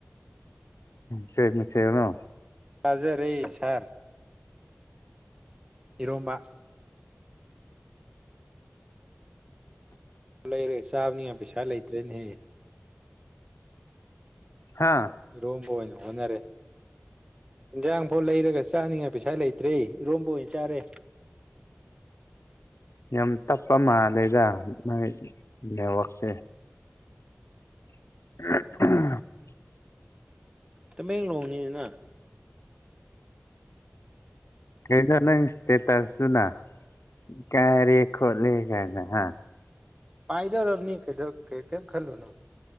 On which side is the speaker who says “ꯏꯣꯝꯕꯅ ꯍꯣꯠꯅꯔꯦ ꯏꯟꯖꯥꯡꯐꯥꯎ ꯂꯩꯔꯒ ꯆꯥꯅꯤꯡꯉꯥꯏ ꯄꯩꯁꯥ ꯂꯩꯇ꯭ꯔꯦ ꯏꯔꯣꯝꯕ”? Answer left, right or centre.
Right